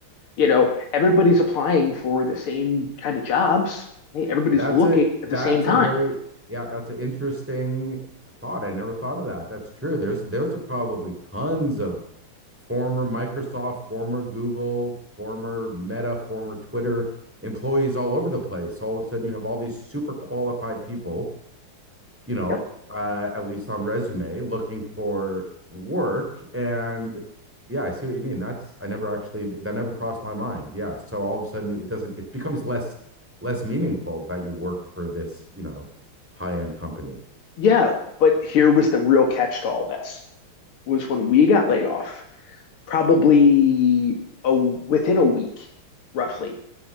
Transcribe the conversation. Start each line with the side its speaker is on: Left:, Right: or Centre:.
Left: You know, everybody's applying for the same kind of jobs. right? Everybody's
Centre: That's
Left: looking
Centre: a
Left: at
Centre: that's
Left: the same time.
Centre: a very yeah, that's an interesting thought. I never thought of that. That's true. There's there's probably tons of former Microsoft, former Google, former Meta, former Twitter employees all over the place. So all of a sudden you have all these super qualified people you know,
Left: Yep.
Centre: uh, at least on resume, looking for work. And yeah, I see what you mean. That's I never actually that never crossed my mind. Yeah. So all of a sudden it doesn't it becomes less less meaningful that you worked for this, you know, high-end company.
Left: Yeah, but here was the real catch to all this was when we got laid off, probably a, within a week, roughly,